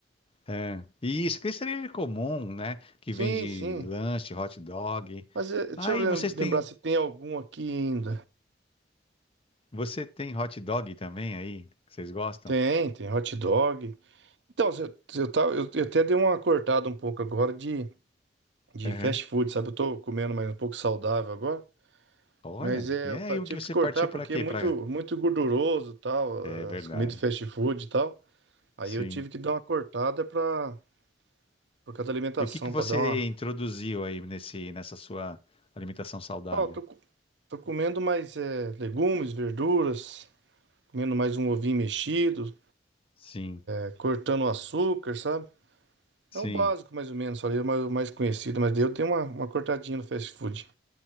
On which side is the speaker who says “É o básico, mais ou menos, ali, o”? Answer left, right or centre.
Right